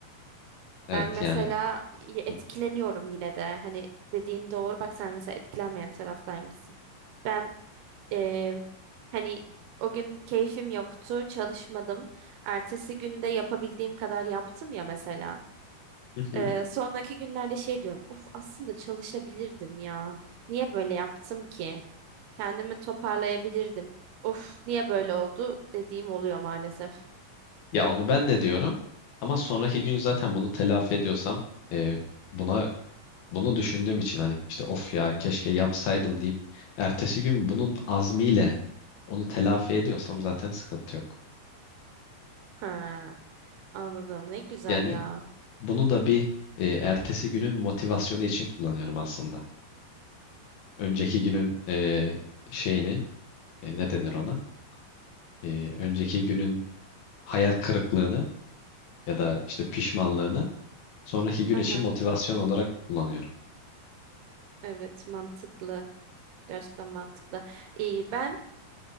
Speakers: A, on the left; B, on the right.
A: Evet
B: Ben mesela
A: yani.
B: y- etkileniyorum
A: Hı.
B: yine de. Hani dediğin doğru. Bak sen mesela etkilenmeyen taraftaymışsın. Ben eee, hani o gün keyfim yoktu, çalışmadım. Ertesi günde yapabildiğim kadar yaptım ya mesela.
A: Hı hı.
B: Eee, sonraki günlerde şey diyorum. Uf aslında çalışabilirdim ya. Niye böyle yaptım ki? Kendimi toparlayabilirdim. Of, niye böyle oldu dediğim oluyor maalesef.
A: Ya onu ben de diyorum. Ama sonraki gün zaten bunu telafi ediyorsam e, buna Bunu düşündüğüm için hani işte of ya keşke yapsaydım deyip ertesi gün bunun azmiyle onu telafi ediyorsam zaten sıkıntı yok.
B: Ha, anladım. Ne güzel
A: Yani
B: ya.
A: bunu da bir e, ertesi günün motivasyonu için kullanıyorum aslında. Önceki günün e, şeyini e, ne denir ona? E, önceki günün hayal kırıklığını ya da işte pişmanlığını sonraki gün
B: Hı
A: için
B: hı.
A: motivasyon olarak kullanıyorum.
B: Evet, mantıklı. Gerçekten mantıklı. İyi, ben